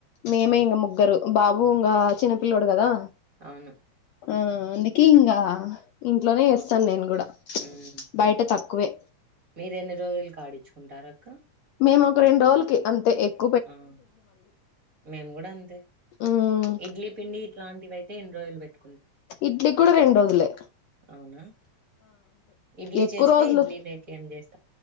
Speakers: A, on the left (about 75°); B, on the right (about 35°).
A: మేమే ఇంగ ముగ్గరూ బాబూ ఉంగా చిన్నపిల్లోడ్ గదా
B: ఔను
A: ఉమ్ అందుకే ఇంగా ఇంట్లోనే ఏస్తాన్ నేం గుడా
B: ఉమ్
A: బైట తక్కువే
B: మీరెన్ని రోజులకాడిచ్చుకుంటారక్క
A: మేమోక రెండ్రోజుల్ కీ అంతే ఎక్
B: ఉమ్ మేం గుడంతే
A: మ్
B: ఇడ్లీ పిండీ ఇట్లాంటివై తిన్ రోయల్ బెట్
A: ఇడ్లీగ్ గుడ రెండ్రోజులే
B: ఔనా ఇడ్లీ
A: ఎక్కువ
B: చేస్తే
A: రోజులు
B: ఇడ్లీ లేక్ ఏం జేస్